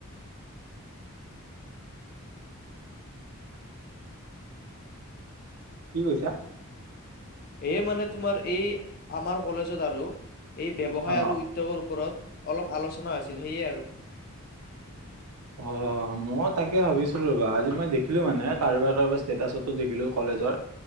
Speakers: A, on the right; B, on the left.
A: কি কৈছা?
B: এ মানে তোমাৰ, এই আমাৰ কলেজত আৰু এই ব্যৱসায়
A: অ
B: আৰু উদ্যোগৰ ওপৰত অলপ আলোচনা হৈছিল, সেয়ে আৰু।
A: অ' মই তাকে ভাবিছোঁ ৰবা। আজি মই দেখিলোঁ মানে কাৰোবাৰ কাৰোবাৰ ষ্টেটাচতো দেখিলোঁ। কলেজৰ